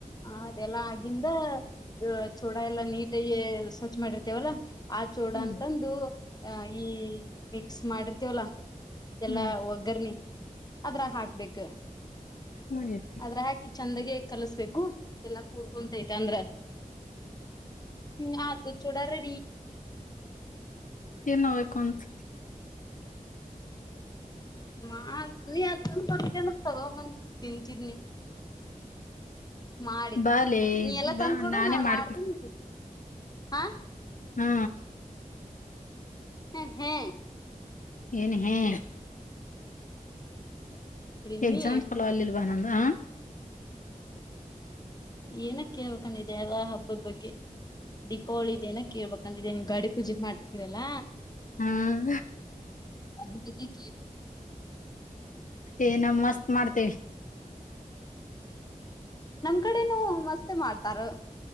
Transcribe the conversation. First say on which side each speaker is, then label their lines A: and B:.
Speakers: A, on the left; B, on the left.
A: ಆ ಅದೆಲ್ಲಾ ಆಗಿಂದ ಇದ ಚೂಡ ಎಲ್ಲಾ ನೀ ಏ ಮಾಡಿರ್ತೇವಲ್ಲಾ ಆ ಚೋಡ
B: ಹ್ಮ್
A: ಅಂತಂದು ಆ ಈ ಮಿಕ್ಸ್ ಮಾಡಿರ್ತೀವಲ್ಲ
B: ಹ್ಮ್
A: ಎಲ್ಲಾ ಒಗ್ಗರ್ನಿ ಅದ್ರಾಗ ಹಾಕ್ಬೇಕ
B: ಮುಗಿತ
A: ಅದ್ರ ಹಾಕಿ ಚಂದಗೆ ಕಲಸ್ಬೇಕು ಎಲ್ಲಾ ಕೂಡ್ಕೊಂತೈತೆ ಅಂದ್ರ <inaudible> ಚೋಡಾರೇ
B: ತಿನ್ನವ ಕುಂತ
A: ಮಾ ನೀ ಅದ್ ತಂದ್ ಕೊಟ್ಟಿಯದ್ರ ತೊಗೊ ಬಂದ್ ತಿಂತಿದ್ನಿ ಮಾಡಿ
B: ಬಾಲೆ
A: ನೀ ಎಲ್ಲ
B: ಬಾ
A: ತಂದ್ಕೊಡು
B: ನಾನೇ
A: ನಾನ್
B: ಮಾಡ್ಕೊಡ್ತೀನಿ
A: ಮಾಡತೀನ್ ನೀ ಹಾ
B: ಹ್ಮ
A: ಹ ಹ್ಯಾ
B: ಏನ್ ಹ್ಯಾ
A: ಪ್ರೇಮಿ
B: ಎಕ್ಸಾಮ್ಸ್ ಚುಲೋ ಅಲ್ಲಿಲ್ವಾ ನಮ್ದ ಆ
A: ಏನ ಕೇಳ್ಬೇಕಂದಿದ್ದೆ ಅಲ್ಲ ಹಬ್ಬದ ಬಗ್ಗೆ ದೀಪಾವಳಿ ಇದೇನ ಕೇಳ್ಬೇಕಂದಿದ್ದೇ ನೀವು ಗಾಡಿ ಪೂಜೆ ಮಾಡ್ತೀರಲ್ಲ
B: ಹ್ಮ್
A: ಅದರ್ ಬಗ್ಗೆ ಟಿ
B: ಏ ನಾವ ಮಸ್ತ್ ಮಾಡ್ತೇವಿ
A: ನಮ್ ಕಡೆನು ಮಸ್ತ್ ಮಾಡ್ತ ತಾರು